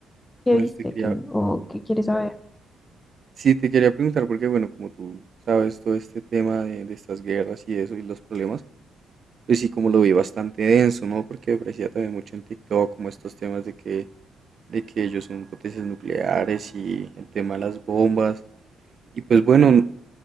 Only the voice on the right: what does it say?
pues
te quería,
sí, te quería preguntar porque bueno, como tú sabes todo este tema de, de estas guerras y eso y los problemas, Pues sí, como lo vi bastante denso, ¿no? Porque aparecía también mucho en TikTok como estos temas de que, de que ellos son potencias nucleares y el tema de las bombas. Y pues bueno,